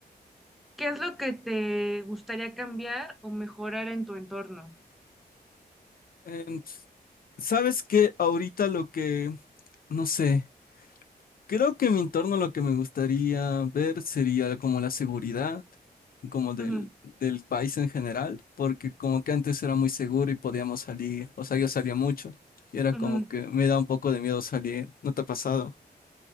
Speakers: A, in the centre; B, on the left (about 55°).
A: ¿qué es lo que te gustaría cambiar o mejorar en tu entorno?
B: Em, ¿sabes qué? Ahorita lo que, no sé, creo que en mi entorno lo que me gustaría ver sería como la seguridad, como del,
A: Ujú,
B: del país en general, porque como que antes era muy seguro y podíamos salir, o sea, yo salía mucho y era
A: ujú.
B: como que me da un poco de miedo salir, ¿no te ha pasado?